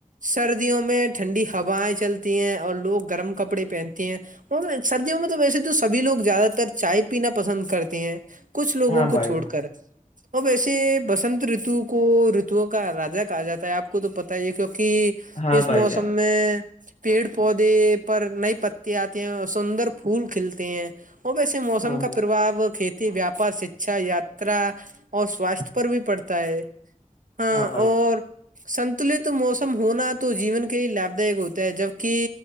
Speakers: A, on the right (about 70°); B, on the left (about 55°).
A: سردیوں میں ٹھنڈی ہوائیں چلتی ہیں اور لوگ گرم کپڑے پہنتے ہیں اور سردیوں میں تو ویسے تو سبھی لوگ زیادہ تر چائے پینا پسند کرتے ہیں کچھ لوگوں
B: ہاں
A: کو
B: بھائی
A: چھوڑ
B: جان
A: کر اور ویسے بسنت رتو کو رتوؤں کا راجا کہا جاتا ہے آپ کو تو پتہ ہی ہے کیونکی
B: ہاں
A: اس
B: بھائی
A: موسم
B: جان
A: میں پیڑ پودے پر نئے پتے آتے ہیں اور سندر پھول کھلتے ہیں اور ویسے موسم
B: ہاں
A: کا
B: بھائی،
A: پرباؤ کھیتی ویاپار شکچھا یاترا اور سواستھ پر بھی پڑتا ہے ہاں
B: بھائی
A: اور
B: جان
A: سنتلت موسم ہونا تو جیون کے لیے لاب دائک ہوتا ہے جب کی